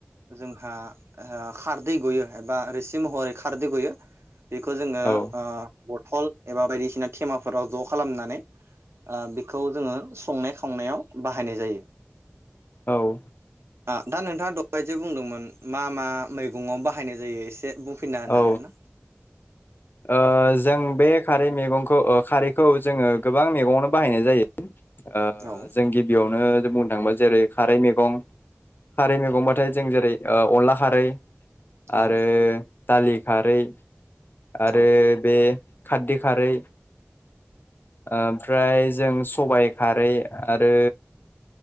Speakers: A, on the right; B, on the left.
A: जोंहा खारदै गयो एबा रोसि महरै खारदै गयो बेखौ जोङो
B: औ
A: आ बटल एबा बायदिसिना थेमाफोराव ज' खालामनानै आ बेखौ जोङो संनाय खावनायाव बाहायनाय जायो।
B: औ।
A: आ दा नोंथाङा द'बायजे बुंदोंमोन मा मा मैगंआव बाहायनाय जायो? एसे बुंफिनना हाना
B: औ
A: हागोन ना?
B: ओ जों बे खारै मैगंखौ ओ खारैखौ जोङो गोबां मैगङावनो बाहायनाय जायो। ओ
A: औ
B: जों गिबियावनो जों बुंनो थाङोबा जेरै खारै मैगं खारै मैगंबाथाय जों जेरै अनला खारै आरो
A: औ
B: दालि खारै आरो
A: औ
B: बे खाथदि खारै आ ओमफ्राय जों सबायाइ खारै आरो